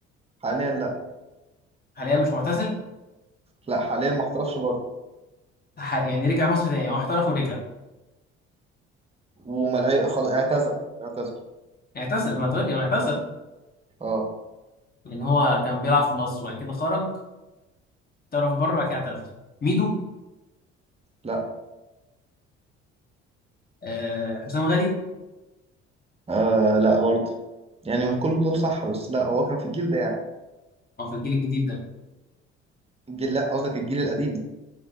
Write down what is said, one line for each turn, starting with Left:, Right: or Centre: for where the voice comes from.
Right: حاليا لا
Left: حاليا مش معتزل
Right: لا حاليا ما احترفش برضه
Left: ح- يعني رجع مصر تاني يعني هو احترف ورجع
Right: وملاهي خلاص اعتذر اعتذر
Left: اعتزل ما تقول لي ما اعتزل
Right: اه
Left: لان هو كان بيلعب في مصر وبعد كده خرج طرف بره كده اعتذر ميدو
Right: لا
Left: آه حسام غالي
Right: آه لا برضه يعني هم كل دول صح بس لا هو كان في الجيل ده يعني
Left: هو في الجيل الجديد ده
Right: الجيل لا قصدك الجيل القديم ده